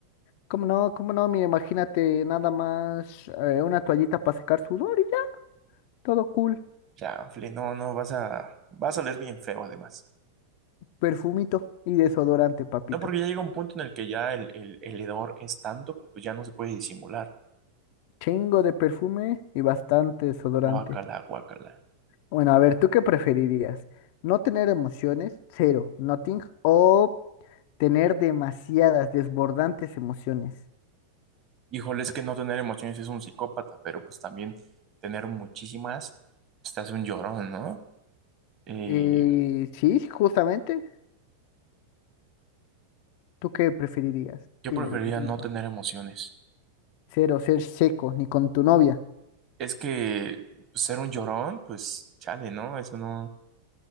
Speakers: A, on the left; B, on the right.
A: ¿Cómo no? ¿Cómo no? Mira, imagínate nada más eh, una toallita para secar sudor y ya, todo cool.
B: Chanfle, no, no, vas a, vas a oler bien feo además.
A: Perfumito y desodorante, papito.
B: No, porque ya llega un punto en el que ya el, el, el hedor es tanto que pues ya no se puede disimular.
A: Chingo de perfume y bastante desodorante.
B: Guácala, guácala.
A: Bueno, a ver, ¿tú qué preferirías? ¿No tener emociones? Cero, nothing. ¿O tener demasiadas, desbordantes emociones?
B: Híjole, es que no tener emociones es un psicópata, pero pues también tener muchísimas, pues te hace un llorón, ¿no? Eh,
A: Eh, sí, justamente. ¿Tú qué preferirías?
B: yo
A: Dímelo,
B: preferiría
A: dímelo.
B: no tener emociones.
A: Cero, ser seco, ni con tu novia.
B: Es que pues, ser un llorón, pues chale, ¿no? Eso no.